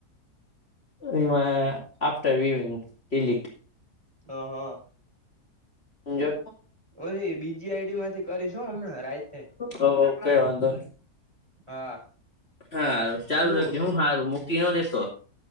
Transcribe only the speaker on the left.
એની માં આફ્ટર વિવીિંગ ડીલીત
જો
હો કઈ વાંધો ની
હારુ ચાલું
રાખજે હો મૂકી ન દેતો